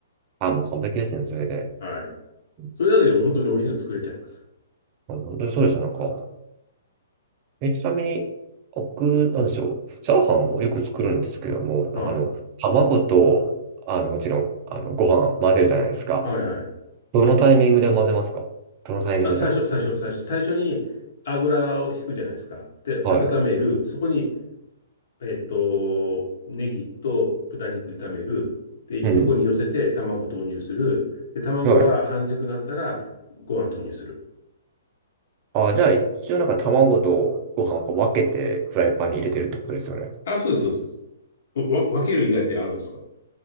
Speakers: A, on the right (about 35°); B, on the left (about 65°).
A: あ、もう完璧ですね。それで。
B: はい。
A: うん
B: それだけでも本当に美味しいの作れちゃいます。
A: 本当にそうですよ。なんか、え、ちなみに、僕、なんでしょう。チャーハンもよく作るんですけども、
B: はい。
A: あの、卵と、あの、もちろん、あの、ご飯混ぜるじゃないですか。
B: はいはい。
A: どのタイミングで混ぜますかどのタイミングで
B: あ、最初、最初、最初、最初に油を引くじゃないですか。で、
A: は
B: 温める。そこに、えっと、ネギと豚肉炒める。で、
A: い。うん。
B: 横に寄せて卵投入する。で、卵が半熟なったらご飯投入する。
A: はい。あ、じゃあ、一応なんか卵とご飯をこう分けてフライパンに入れてるってことですよね。
B: あ、そうです、そうです。わ、分ける以外ってあるんですか